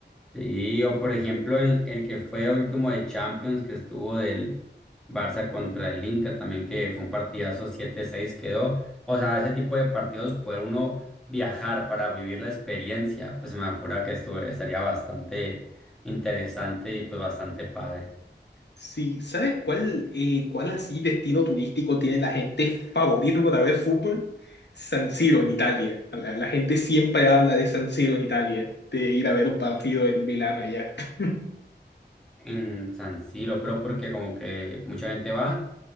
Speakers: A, in the centre; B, on the left.
A: Sí, o por ejemplo, en el que fue último de Champions, que estuvo del Barça contra el Inter, también que fue un partidazo siete seis quedó. O sea, ese tipo de partidos, poder uno viajar para vivir la experiencia, pues se me afura que estuve, estaría bastante interesante y pues bastante padre.
B: Sí, ¿sabes cuál, eh, cuál así destino turístico tiene la gente favorito para ver fútbol? San Siro en Italia. La, la gente siempre habla de San Siro en Italia, de ir a ver un partido del Milán allá. <laughs>
A: en San Siro, pero porque como que mucha gente va,